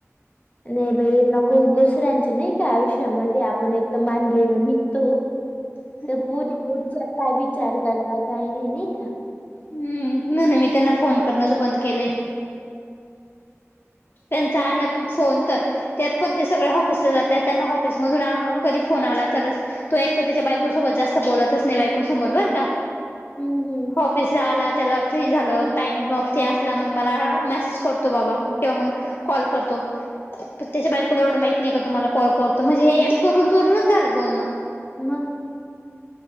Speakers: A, on the left; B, on the left.
A: नाही बाई नको दुसऱ्यांच नाही का आयुष्यामध्ये आपण एक तर मानलेलो निघतो.
B: ह <inaudible>
A: तर पोरी पुढचा काय विचार करत काही नाही, नाही का?
B: हम्म, म्हणुन मी त्यांना फोन करणंच बंद केलंय. त्यांचा आलं फोन तर त्यात पण ते सगळे ऑफिसला जातात त्यांना ऑफिस मधून कधी फोन आला तरच तो एक तर त्याच्या बायको सोबत जास्त बोलतच नाही बायकोसमोर बर का
A: हम्म, हम्म.
B: ऑफिस ला आला त्याला फ्री झालं टाईम मग फ्री असला मग मला मेसेज करतो बाबा किंवा मग कॉल करतो. पण त्याच्या बायकुला एवढं माहित नाही का तुम्हाला कॉल करतो म्हणजे हे करून चोरूनच झालं बोलण
A: मग.